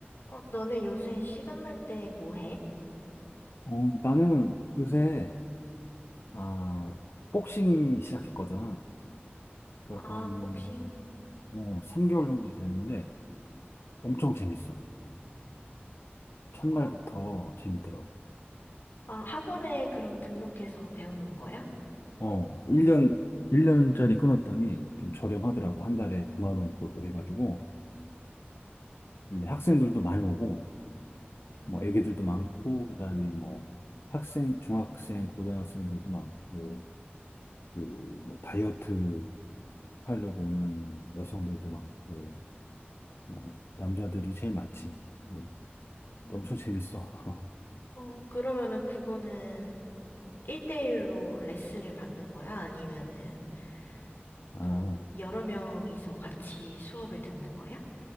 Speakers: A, on the left; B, on the left.
A: 어, 너는 요새 시간 날 때 뭐 해?
B: 어, 나는 요새, 아, 복싱 시작했거든. 그래갖고
A: 아,
B: 한,
A: 복싱.
B: 어, 3개월 정도 됐는데, 엄청 재밌어. 첫날부터
A: 어,
B: 재밌더라고.
A: 아, 학원에 그럼 등록해서 배우는 거야?
B: 어, 1년, 일 년짜리 끊었더니 좀 저렴하더라고. 한 달에 9만 원 골고 해가지고. 근데 학생들도 많이 오고,
A: 음,
B: 뭐 애기들도 많고, 그다음에 뭐 학생, 중학생, 고등학생들도 많고, 그 뭐 다이어트 하려고 오는 여성들도 많고, 어, 남자들이 제일 많지. 음,
A: 음,
B: 엄청 재밌어. <laughs>
A: 어, 그러면은 그거는 뭐 1대1로 레슨을 받는 거야? 아니면은 뭐
B: 아,
A: 여러 명이서 같이 수업을 듣는 거야?